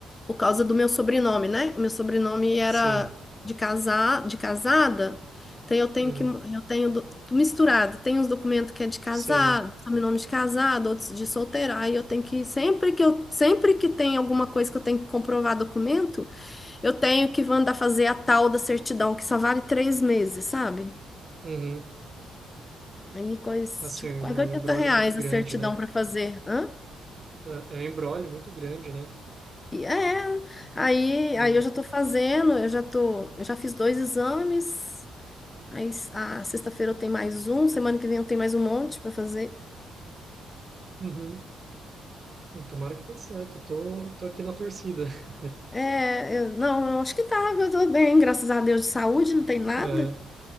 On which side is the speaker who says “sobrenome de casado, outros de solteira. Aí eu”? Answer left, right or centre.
Left